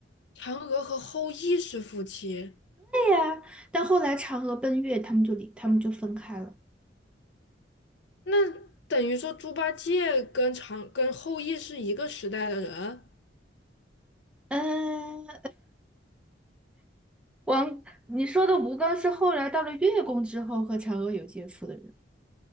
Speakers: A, on the left (about 65°); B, in the centre.
A: 嫦娥和后羿是夫妻，
B: 啊！但后来嫦娥奔月，他们就离，他们就分开了。
A: 那等于说猪八戒跟嫦跟后羿是一个时代的人。
B: 嗯，王，你说的吴刚是后来到了月宫之后和嫦娥有接触的人。